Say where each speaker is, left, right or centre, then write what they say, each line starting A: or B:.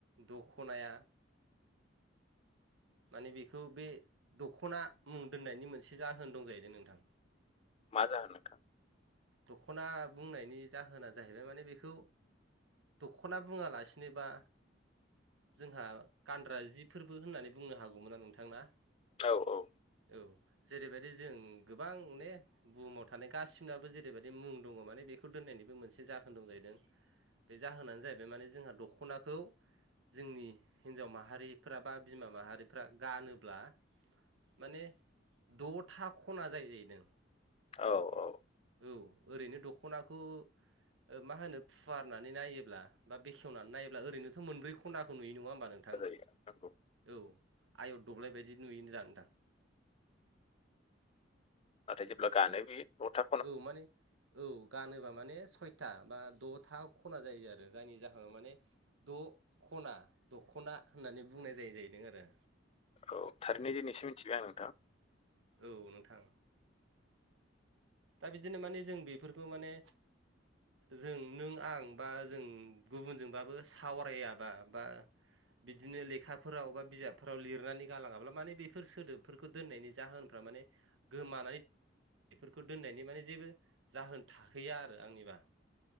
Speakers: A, on the right; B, on the left.
A: दखनाया माने बेखौ बे दख'ना मुं दोननायनि मोनसे जाहोन दं जाहैदों नोंथां
B: मा जाहोन नोंथां
A: दख'ना बुंनायनि जाहोना जाहैबाय माने बेखौ दख'ना बुङालासिनोबा जोंहा गानद्रा जि फोरबो होननानै बुंनो हागौमोनना नोंथां ना
B: औ औ
A: औ जेरैबायदि जों गोबां ने बुहुमाव थानाय गासिनाबो जे ओरैबादि मुं दङ माने बेखौ दोननायनिबो मोनसे जाहोन दं जाहैदों बे जाहोनानो जाहैबाय माने जोंहा दख'नाखौ जोंनि हिन्जाव माहारिफ्रा बा बिमा माहारिफ्रा गानोब्ला माने द'था खना जायो जायैदों
B: औ औ
A: औ ओरैनो दख'नाखौ मा होनो फुवारनानै नायोब्ला बा बेखेवनानै नायोब्ला ओरैनोथ' मोनब्रै खनाखौ नुयो नङा होमब्ला नों नोंथां
B: जायो नंगौ
A: औ आयत दब्लाय बायदि नुयोनदां नोंथां
B: नाथाय जेब्ला गानो बे द' था
A: औ माने औ गानोबा माने सयथा बा द'था खना जायो आरो जायनि जाहोनाव माने द' ख'ना दख'ना होननानै बुंनाय जायो जाहैदों आरो
B: औ थारैनो दिनैसो मिथिबाय आं नोंथां
A: औ नोंथां दा बिदिनो माने जों बेफोरखौ माने जों नों आं बा जों गुबुनजोंबाबो सावरायाबा बा बिदिनो लेखाफोराव बा बिजाबफोराव लिरनानै गालाङाब्ला माने बेफोर सोदोबफोरखौ दोननायनि जाहोनफ्रा माने गोमानाय खौ दोननायनि माने जेबो जाहोन थाहैया आरो आंनिबा